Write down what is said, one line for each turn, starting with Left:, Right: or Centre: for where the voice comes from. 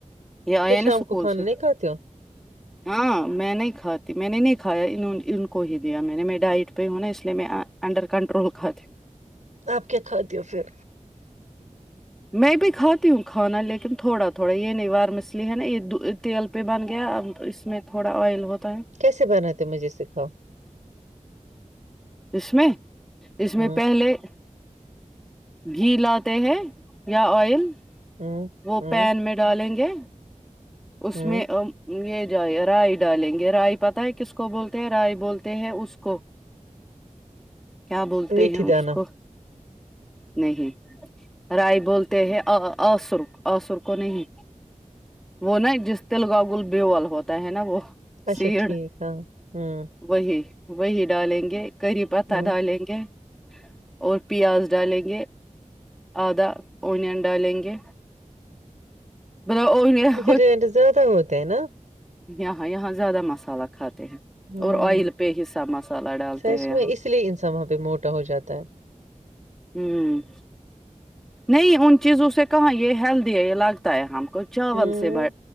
Centre: یہ
Right: پھر
Centre: آیا نا
Right: شام
Centre: اسکول
Right: کو کھانا
Centre: سے
Right: نہیں کھاتے ہو
Centre: ہاں میں نہیں کھاتی میں نے نہیں کایا ان کو ہی دیا میں نے میں ڈائٹ پہ ہوں نا اس لیے میں ا انڈر کنٹرول کھاتی ہو
Right: آپ کیا کھاتی ہو پھر
Centre: میںی بھی کاتی ہوخانہ لیکن تھوڑا تھوڑا یہ نہیں الیے ہی نا یہ تیل پہ بن گیا اب اس میں تھوڑا آئل ہوتا ہے
Right: کیسے بناتے ہے مجھے سکھاؤ
Centre: اس میں اس میں
Right: ہ
Centre: پہلے گھی لاتے ہیں یا آئل
Right: ہ
Centre: وہ
Right: ہ
Centre: پین میں ڈالیں گے اس
Right: ہ
Centre: میں یہ جائے رائے ڈالیں گے رائے پتا ہے کس کو بولتے ہیں رائے بولتے ہیں اس کو کیا بولتے
Right: میٹھی
Centre: ہیں
Right: دانا
Centre: اس کو نہیں رائے بولتے ہیں آسر اسر کو نہیں وہ نا جس تل کاگل بیول ہوتا ہے نا وہ
Right: اچھا
Centre: سیڈ
Right: ٹھیک ہ ہوں
Centre: وہی وہی ڈالیں گے کری پتہ
Right: ہوں
Centre: ڈالیں گے اور پیاز ڈالیں گے آدھا اونین ڈالیں گے مطلب اونینہھ
Right: رینٹ زیادہ ہوتے ہیں نا
Centre: یہاں یہاں زیادہ مسالہ کھاتے ہیں
Right: ہوں
Centre: اور آئل پہ ہی سب مسالہ ڈالتے
Right: سچ
Centre: ہیں یہاں
Right: میں اس لیے ان سب وہاں پہ موٹا ہو جاتا ہے
Centre: ہوں نہیں ان چیزوں سے کہاں یہ ہیلدی ہے یہ لگتا ہے ہم چاول
Right: ہوں
Centre: سے